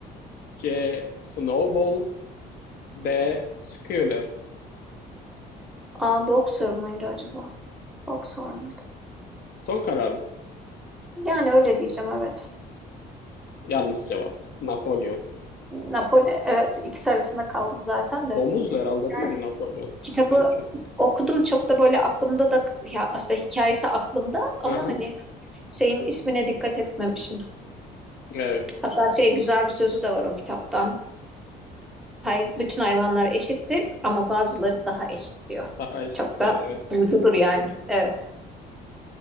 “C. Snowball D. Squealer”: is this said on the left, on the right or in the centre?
Left